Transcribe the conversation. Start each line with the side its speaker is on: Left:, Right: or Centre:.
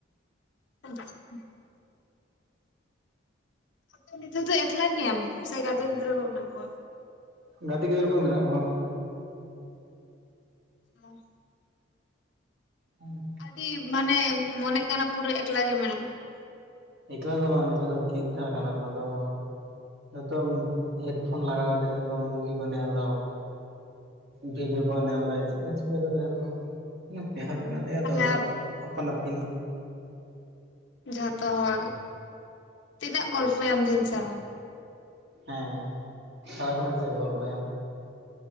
Left: <unintelligible> ᱟᱫᱚ ᱱᱤᱛᱚᱜ ᱛᱚ ᱮᱠᱞᱟ ᱠᱮᱭᱟᱢ ᱥᱮ ᱜᱟᱛᱮ ᱜᱤᱫᱽᱨ ᱠᱚ ᱢᱮᱱᱟᱜ ᱠᱚᱣᱟ?
Right: ᱜᱟᱛᱮ ᱜᱤᱫᱨᱟᱹ ᱠᱚ ᱢᱮᱱᱟᱜ ᱠᱚᱣᱟ
Left: ᱚ
Right: ᱦᱩᱸ
Left: ᱟᱹᱰᱤ ᱢᱟᱱᱮ ᱢᱚᱱᱮᱜ ᱠᱟᱱᱟ ᱯᱩᱨᱟᱹ ᱮᱠᱞᱟ ᱜᱮ ᱢᱮᱱᱟᱜ ᱢᱮᱭᱟ
Right: ᱮᱠᱞᱟ ᱫᱚ ᱵᱟᱝ ᱡᱷᱚᱛᱚ ᱛᱷᱤᱨ ᱛᱷᱟᱨ ᱠᱟᱱᱟ ᱠᱚ ᱟᱫᱚ ᱱᱤᱛᱚᱝ ᱦᱮᱰᱯᱷᱳᱱ ᱞᱟᱜᱟᱣ ᱠᱟᱛᱮ ᱥᱩᱫᱟᱹᱢ ᱢᱩᱵᱷᱤ ᱠᱚ ᱧᱮᱞ ᱫᱟ ᱵᱷᱤᱰᱤᱭᱳ ᱠᱚ ᱧᱮᱞ ᱫᱟ ᱪᱮᱫ ᱠᱚ ᱪᱤᱠᱟᱹᱭ ᱫᱟ ᱯᱮᱦᱟᱞ ᱢᱮᱱᱟ ᱮ
Left: ᱛᱟᱦᱞᱮ
Right: ᱫᱟᱫᱟ
Left: ᱟᱯ
Right: ᱟᱯᱟᱱ ᱟᱹᱯᱤᱱ
Left: ᱡᱚᱛᱚ ᱦᱚᱲ ᱛᱤᱱᱟᱹᱜ ᱜᱚᱞᱯᱷᱚᱭᱟᱢ ᱫᱤᱱ ᱥᱟᱨᱟ᱾
Right: ᱦᱮᱸ ᱥᱟᱨᱟ ᱠᱷᱚᱱᱟᱜ ᱪᱮᱜ ᱜᱚᱞᱯᱚᱭᱟᱢ?